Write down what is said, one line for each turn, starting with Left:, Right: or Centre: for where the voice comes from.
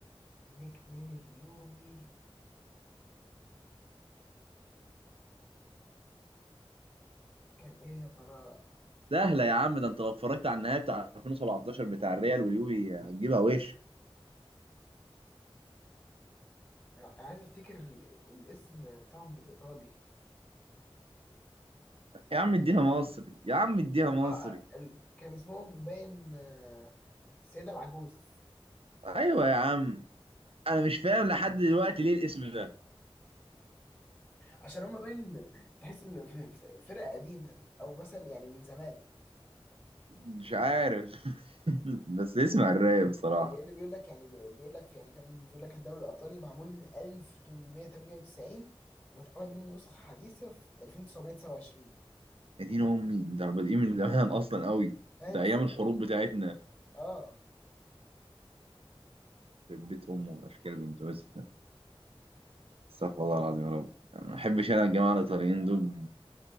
Left: نيك نيم اليوفي كان ايه يا ترى
Right: سهله يا عم ده انت لو اتفرجت على النهائي بتاع 2017 بتاع الريال واليوفي هتجيبها وش
Left: أنا عايز افتكر ال- الاسم بتاعهم بالايطالي
Right: يا عم اديها مصري يا عم اديها مصري
Left: اه ال... كان اسمهم باين آه، السيدة العجوز
Right: ايوه يا عم انا مش فاهم لحد دلوقتي ليه الاسم ده
Left: عشان هما باين تحس ان في- في- فرقة قديمة او مثلا يعني من زمان
Right: مش عارف <laughs> بس اسمع الراب بصراحه
Left: يعني لان بيقول لك يعني بيقول لك يعني كان بيقول لك الدوري الايطالي معمول من 1898 واتعمل منه نسخه حديثه في 1929
Right: يا دين امي ده احنا بادئين من زمان اصلا قوي
Left: فاهم
Right: ده
Left: في
Right: ايام
Left: اللي
Right: الحروب
Left: هو
Right: بتاعتنا
Left: اه
Right: في بيت امه اشكال بنت يوسف استغفر الله العظيم يا رب أنا ما بحبش انا الجماعه الايطاليين دول